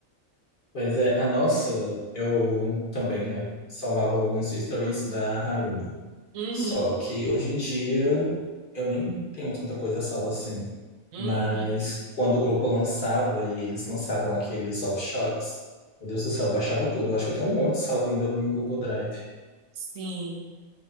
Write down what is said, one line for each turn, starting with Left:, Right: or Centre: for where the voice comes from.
Left: Pois é, a nossa, eu também, né, salvava alguns stories da Harumi.
Right: Uhum,
Left: Só que hoje em dia eu nem tenho tanta coisa salva assim.
Right: uhum.
Left: Mas quando o grupo lançava e eles lançavam aqueles offshots, meu Deus do céu, eu baixava tudo. Eu acho que eu tenho um monte salvo ainda no meu Google Drive.
Right: Sim.